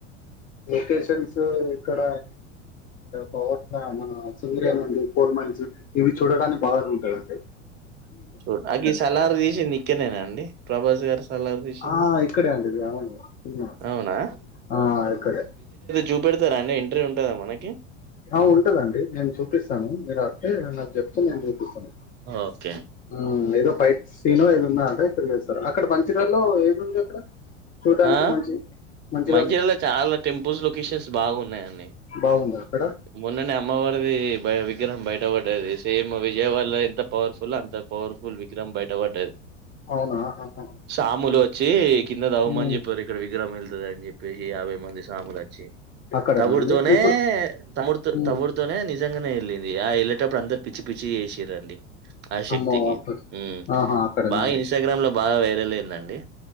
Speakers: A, on the left; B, on the right.
A: లోకేషన్స్ ఇక్కడ పవర్ ప్లాన్ మన సింగరేణి ఉంది కోల్ మైన్స్ ఇవి చూడటనికి బాగానే ఉంటాయ అండి?
B: చూడం అ సలారు
A: ఇక్కడ
B: తీసింది నిక్కెనేనా అండి ప్రభాస్ గారు సలార్ తీసింది
A: ఆ ఇక్కడే అండిది అవును సినిమా
B: అవునా
A: ఆ ఇక్కడే
B: చూపెడతారాండి ఎంట్రీ ఉంటదా మనకి
A: ఆ ఉంటదండి నేను చూపిస్తాను మీరు ఏ నాకు చెప్తే నేను చూపిస్తాను
B: ఓకే
A: ఆ ఏదో వైట్ సీను ఏదో ఉన్నదట ఇక్కడచేస్తారూ అక్కడ మంచిర్యాల్ లో ఏది ఉంది అక్కడ చూడ్డానికి
B: ఆ
A: మంచి మంచిర్యాల
B: మంచిర్యాలో చాలా టెంపుల్స్ లొకేషన్స్ బాగా ఉన్నాయండి
A: బాగుందా అక్కడ
B: మొన్ననే అమ్మవారిది విగ్రహం బయటపడ్డది సేమ్ విజయవాడా లో ఎంత పవర్ఫుల్ అంత పవర్ఫుల్ విగ్రహం బయటపడ్డది
A: అవునా ఆహా.
B: సాములు చ్చి కింద తవ్వమా
A: ఉమ్,
B: చెప్పారు ఇక్కడ విగ్రహం ఎల్ ద అని చెప్పేసి యాభై మంది సాములు వచ్చి
A: అక్కడనా
B: తవుడుతోనే
A: అండి ఇప్పుడు
B: తవుడుతో
A: ఉమ్,
B: తవుడుతోనే నిజ నిజంగానే వెళ్ళంది ఆ వెళ్ళటప్పుడు అందరు పిచ్చి పిచ్చి చేసిరండి ఆ శక్తికి
A: అమ్మో
B: హు
A: ఆహా అక్కడనా
B: బాగా
A: అండి
B: ఇన్స్టాగ్రామ్ లో బాగా వైర పెలైదండి